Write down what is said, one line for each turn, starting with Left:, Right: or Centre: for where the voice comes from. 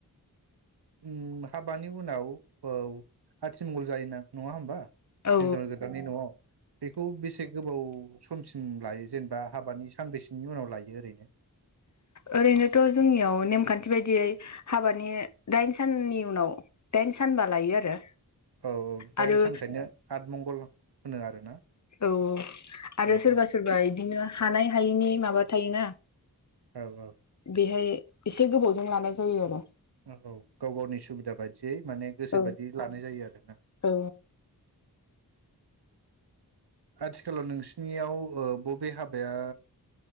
Right: उ हाबानि उनाव औ आथिमंगल जायो ना नङा होमबा
Left: औ
Right: हिनजाव गोदाननि न'आव बेखौ बेसे गोबाव समसिम लायो जेनेबा हाबानि सानबैसेनि उनाव लायो ओरैनो?
Left: ओरैनोथ' जोंनियाव नेमखान्थि बायदियै हाबानि दाइन साननि उनाव दाइन सानबा लायो आरो
Right: औ औ दाइन
Left: आरो
Right: सानखायनो आठ मंगल होनो आरोना
Left: औ औ आरो
Right: औ
Left: सोरबा
Right: औ
Left: सोरबा इदिनो हानाय हायिनि माबा थायोना।
Right: औ औ
Left: बेहाय एसे गोबावजों लानाय जायो आरो।
Right: ओ औ गाव गावनि सुबिदा बायदियै माने गोसो
Left: औ
Right: बायदि लानाय जायो आरोना
Left: औ
Right: आथिखालाव नोंसिनियाव ओ बबे हाबाया